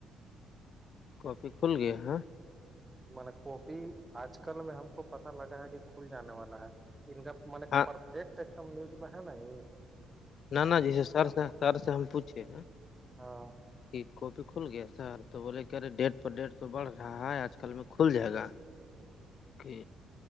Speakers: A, on the left; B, on the right.
A: کاپی کھل گیا ہ
B: ملب کاپی آج کل میں ہم کو پت لگا ہے کہ کھل جانے والا ہے ان کا م
A: ہاں
B: پرفیکٹ ایک دم نیوز میں ہے ن
A: ن نا جیس سر سے سر سے ہم پوچھیے
B: ہاں
A: کہ کاپی کھل گیا سر تو بولے کہرے ڈیٹ پر ڈیٹ تو بڑھ رہا ہے آج کل میں کھل جائے گا
B: <inaudible>
A: کہ